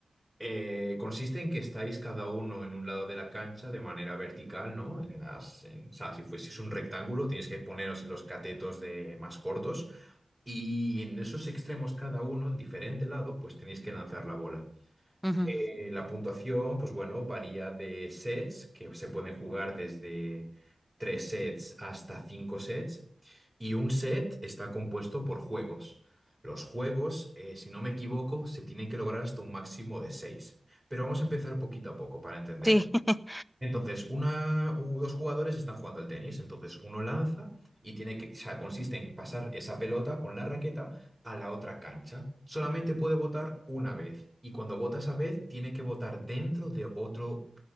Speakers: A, on the right; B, in the centre.
A: Eh, consiste en que estáis cada uno en un lado de la cancha de manera vertical, ¿no? En las, en- o sea, si fueseis un rectángulo, tenéis que poneros en los catetos de más cortos y en esos extremos cada uno, en diferente lado, pues tenéis que lanzar la bola.
B: ujú.
A: Eh, la puntuación, pues bueno, varía de sets, que se pueden jugar desde tres sets hasta cinco sets, y un set está compuesto por juegos. Los juegos, eh, si no me equivoco, se tienen que lograr hasta un máximo de seis. Pero vamos a empezar poquito a poco para entender.
B: Sí, <laughs>
A: Entonces, una, u- dos jugadores están jugando al tenis. Entonces, uno lanza y tiene que, o sea, consiste en pasar esa pelota con la raqueta a la otra cancha. Solamente puede votar una vez. Y cuando vota esa vez, tiene que votar dentro de otro